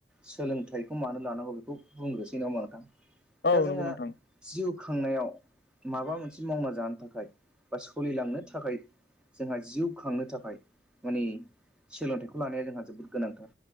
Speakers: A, in the centre; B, on the left (about 65°).
A: सोलोंथाइखौ मानो लानांगौ बेखौ बुंग्रोनोसै नङा होनबा नोंथां।
B: औ
A: दा जोंहा
B: नंगौ नोंथां
A: जिउ खांनायाव माबा मोनसे मावना जानो थाखाय बा सोलिलांनो थाखाय जोंहा जिउ खांनो थाखाय माने सोलोंथाइखौ लानाया जोंहा जोबोद गोनांथार।